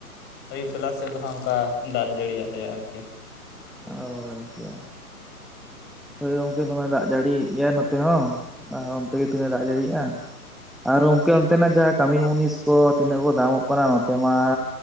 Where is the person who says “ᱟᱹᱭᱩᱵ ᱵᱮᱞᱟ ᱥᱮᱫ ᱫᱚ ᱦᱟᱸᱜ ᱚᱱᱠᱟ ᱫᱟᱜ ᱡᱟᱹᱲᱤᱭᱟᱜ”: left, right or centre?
Left